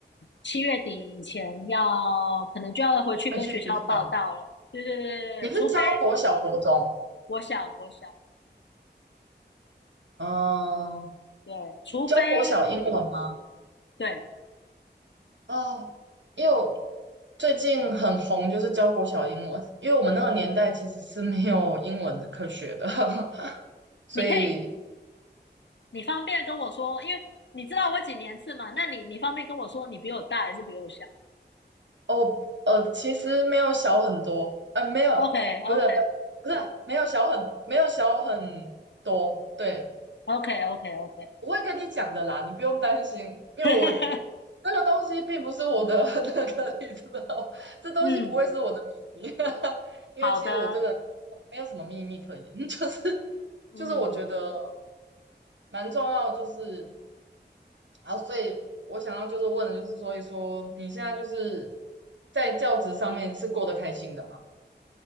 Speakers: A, on the left; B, on the right.
A: 七月底以前要可能就要回去跟学校报到了。
B: 回去学校。
A: 对对对对对，
B: 你是教国小、
A: 除非
B: 国中？
A: 国小国小，
B: 嗯，
A: 对，除非我
B: 教国小英文吗？
A: 对，
B: 哦，因为我最近很红，就是教国小英文，因为我们那个年代其实是没有英文的科学的，<laughs> 所以
A: 你可以。你方便跟我说，因为你知道我几年次嘛？那你你方便跟我说，你比我大还是比我小
B: 哦呃，其实没有小很多，呃，没有，
A: ？OK
B: 不是
A: OK
B: 不是没有小很没有小很多，对，
A: OK OK OK，
B: 我会跟你讲的啦，你不用担心，因为我
A: <laughs>
B: 这个东西并不是我的 <laughs> 那个，你知道，这东西不会是我的秘密，
A: 嗯，
B: <laughs> 因为其实我这个
A: 好的，
B: 没有什么秘密可言，<laughs> 就是
A: 嗯，
B: 就是我觉得蛮重要，就是啊，所以我想要就是问的就是，所以说你现在就是在教职上面是过得开心的吗？